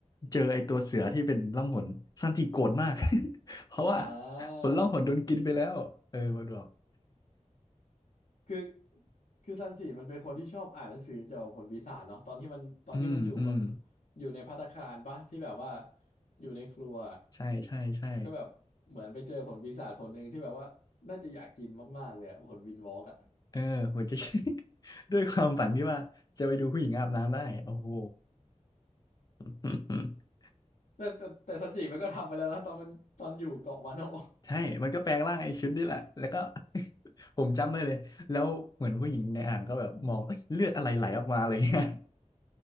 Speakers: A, on the left (about 30°); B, on the left (about 70°).
A: เจอไอตัวเสือที่เป็นล่องหนซันจิโกรธมาก <laughs> เพราะว่า
B: อ่
A: ผลล่องหนโดนกินไปแล้วเออมันบอก
B: าคือคือซันจิมันเป็นคนที่ชอบอ่านหนังสือเกี่ยวกับผลปีศาจเนาะตอนที่มันตอนที่มันอยู่บน
A: อืมอืม
B: อยู่ในภัตตาคารปะที่แบบว่าอยู่ในครัว
A: ใช่ใช่ใช่
B: ก็แบบเหมือนไปเจอผลปีศาจผลหนึ่งที่แบบว่าน่าจะอยากกินมากๆเลยอะผลวินวอล์กอะ
A: เออหัวใจ <laughs> ด้วยความฝันที่ว่าจะไปดูผู้หญิงอาบน้ำได้โอ้โห <laughs>
B: <laughs> แต่แต่แต่ซันจิมันก็ทำไปแล้วนะตอนมันตอนอยู่เกาะวานโนะ
A: ใช่มันก็แปลงร่างไอ้ชุดนี่แหละแล้วก็ <laughs> ผมจำได้เลย แล้วเหมือนผู้หญิงในอ่างก็แบบมองเอ้ยเลือดอะไรไหลออกมาอะไรเงี้ย